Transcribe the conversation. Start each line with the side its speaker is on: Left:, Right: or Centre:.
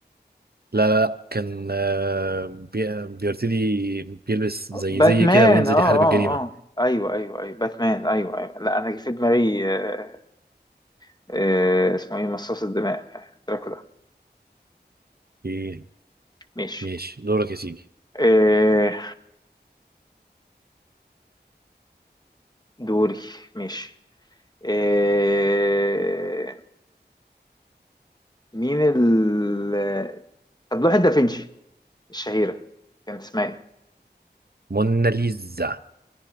Right: لا لا لا، كان آه، بي... بيرتدي بيلبس زي
Left: باتمان
Right: زي كده وينزل
Left: اه
Right: يحارب
Left: اه
Right: الجريمة
Left: اه ايوه ايوه ايوه باتمان ايوه ايوه لا انا جه في دماغي آه آه اسمه ايه مصاص الدماء دراكولا
Right: إيه،
Left: ماشي
Right: ماشي دورك يا سيدي
Left: آه دوري ماشي آه مين ال طب لوحة دافنشي الشهيرة كانت اسمها ايه؟
Right: موناليزا